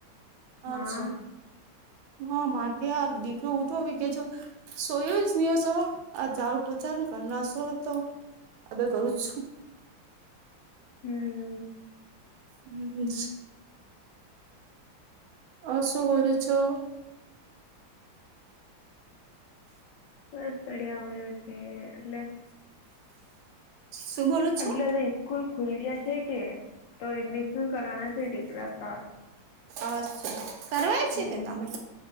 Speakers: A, on the left; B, on the right.
A: હા
B: અચ્છા હા માટે યાર દીકરો ઉઊઠો આવી ગ છે સોયો ન શો આ ઝાડું પોછાને કર ના શો તો અવે કરુ છું
A: હમ
B: હમ આ શું બોલો છો
A: બસ પડ્યા હો્યો છે એટલે <inaudible>
B: શું બોલો છો
A: એટલેધા સ્કૂલ ખુલ ગયા છે કે તો એડમિશન કરના છે દીકરા કા
B: અછ કરવાય છે
A: હમ
B: કે તમે